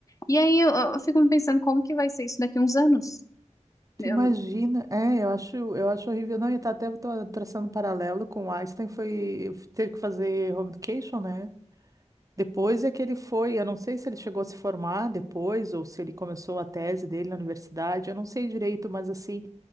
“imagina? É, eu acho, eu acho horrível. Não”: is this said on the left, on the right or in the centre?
Right